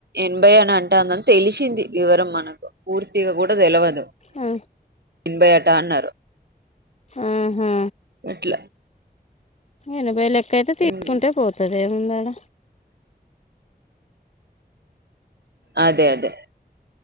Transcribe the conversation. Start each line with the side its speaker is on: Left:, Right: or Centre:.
Right: ఎనభై అనీ అన్ <unintelligible> టాంగ తెలిసింది వివరం మనకు పూర్తిగా కూడా తెలవదు
Left: ఆ
Right: ఎన్బయాట అన్నారు
Left: ఆహా
Right: అట్లా
Left: ఎనబాయ్ లేక్ క్కైతే తీసుకుంటే
Right: ఉమ్.
Left: పోతది ఏముందడ
Right: అదే అదే